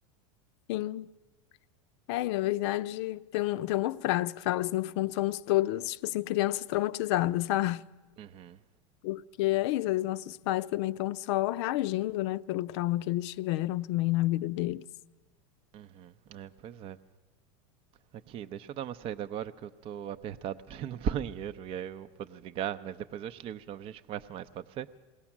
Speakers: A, on the left; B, on the right.
A: Sim. É, e na verdade tem, um, tem uma frase que fala assim, no fundo somos todos, tipo assim, crianças traumatizadas, <laughs> sabe?
B: Uhum,
A: Porque é isso, os nossos pais também estão só reagindo, né, pelo trauma que eles tiveram também na vida deles.
B: uhum. É, pois é. Aqui, deixa eu dar uma saída agora que eu tô apertado <laughs> pra ir no banheiro e aí eu vou desligar, mas depois eu te ligo de novo, a gente conversa mais, pode ser?